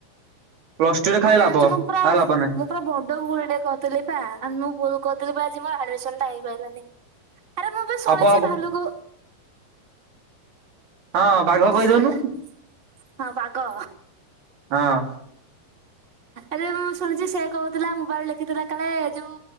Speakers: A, on the right (about 85°); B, on the right (about 20°).
A: ପ୍ଲସ ଟୁରେ ଖାଲି
B: ଆଉ ଜାଣିଛୁ
A: ଲାଭ
B: ମୁଁ ପୁରା
A: ଆଉ ଲାଭ ନାହିଁ
B: ପୁର ବଡ ଭୁଲ ଟେ କରିଦେଲି ଆନୁଗୁଲ କଥିଲି ବା ଆଜି ମୋର ଆଡମିସନ ଟା ହେଇପାରିଲାନି ଆରେ ମୁଁ ବି ଶୁଣିଛି
A: ହବ ହବ
B: ଭାଲୁକୁ
A: ହଁ
B: ହଁ
A: ବାଘ କହିଦଉନୁ
B: ବାଘ।
A: ହଁ।
B: ଆରେ ମୁଁ ଶୁଣିଛି ସେ କହୁଥିଲା ମୋବାଇଲ ଲେଖିଥିଲା କାଳେ ଯୋଉ